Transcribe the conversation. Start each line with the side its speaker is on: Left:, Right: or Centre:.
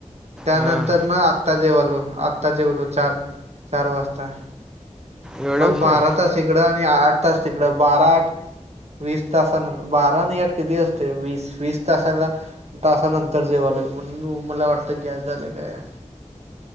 Right: त्यानंतर
Centre: हां
Right: ना आत्ता जेवालो आत्ता जेवलो चार, चार वाजता.
Centre: एवढा
Right: मग
Centre: उशीर
Right: बारा तास इकडं आणि आठ तास तिकडं बारा आठ -- वीस तासान बारा आणि आठ किती असतयं वीस वीस तासाला तासानंतर जेवण -- म्हणून मला वाटत गॅस झालं काय.